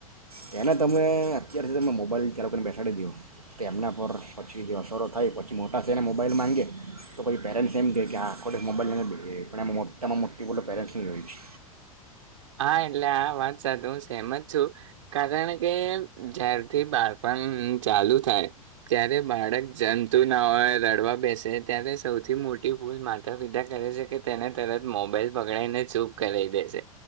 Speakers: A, on the right; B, on the right.
A: તેને તમે અત્યાર સુધી તમે મોબાઈલ ચાલુ કરીને બેસાડી દીયો તો એમના પર પછી જે અસરો થાય પછી મોટા થે ને મોબાઈલ માંગે તો પછી પેરેન્ટ્સ એમ કહે, કે આ આખો મોબાઈલ લેને બેહી રે પણ એમાં મોટામાં મોટી ભુલો પેરેન્ટ્સની હોય છે.
B: હા એટલે આ વાત સાધવુ તેમજ છું, કારણ તે એમ જ્યારથી બાળપણ ચાલુ થાય ત્યારે બાળક જંમતુ ના હોય રડવા બેસે ત્યારે સૌથી મોટી ભૂલ માતા પિતા કરે છે, કે તેને તરત મોબાઈલ પકડાઈને ચૂપ કરાય દે છે.